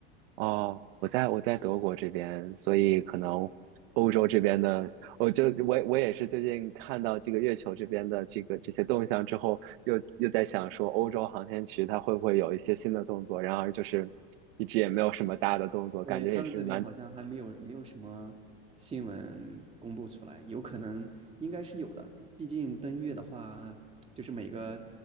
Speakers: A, on the right; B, on the right.
A: 哦，我在我在德国这边，所以可能欧洲这边的，我就我我也是最近看到这个月球这边的这个这些动向之后，又又在想说，欧洲航天局它会不会有一些新的动作？然而就是一直也没有什么大的动作，感觉也是蛮，
B: 对，他们这边好像还没有没有什么新闻公布出来，有可能应该是有的。毕竟登月的话，就是每个